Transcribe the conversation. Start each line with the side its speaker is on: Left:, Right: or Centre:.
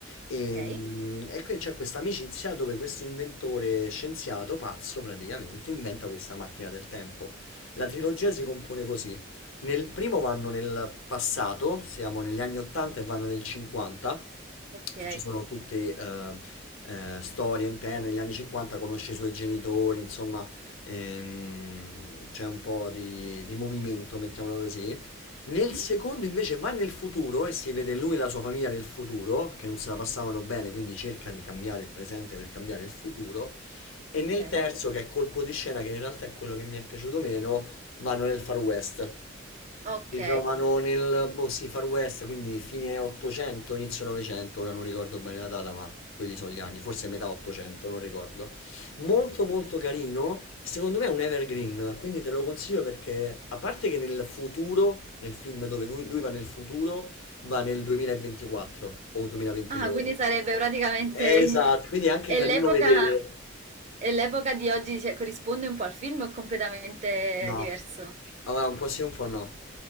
Left: E,
Right: Ok,
Left: mm, e qui c'è questa amicizia dove questo inventore scienziato, pazzo praticamente, inventa questa macchina del tempo. La trilogia si compone così. Nel primo vanno nel passato, siamo negli anni 80 e vanno nel 50,
Right: ok,
Left: e ci sono tutte eh, eh, storie interne. Negli anni 50 conosce i suoi genitori, insomma, ehm, c'è un po' di, di movimento, mettiamola così. Nel
Right: mhm,
Left: secondo invece va nel futuro e si vede lui e la sua famiglia nel futuro, che non se la passavano bene, quindi cerca di cambiare il presente per cambiare il futuro. E
Right: ok,
Left: nel terzo, che è colpo di scena, che in realtà è quello che mi è piaciuto meno, vanno nel Far West.
Right: ok.
Left: Si trovano nel boh, sì, Far West, quindi fine 800, inizio 900, ora non ricordo bene la data, ma quelli sono gli anni, forse metà 800, non ricordo. Molto molto carino, secondo me è un evergreen, quindi te lo consiglio perché a parte che nel futuro, nel film dove lui lui va nel futuro, va nel 2024 o 2023.
Right: Ah, quindi sarebbe praticamente...
Left: Esatto,
Right: <laughs>
Left: quindi è anche
Right: E
Left: carino
Right: l'epoca
Left: vedere.
Right: e l'epoca di oggi cioè, corrisponde un po' al film o è completamente
Left: No,
Right: diverso?
Left: allora, un po' sì, un po' no.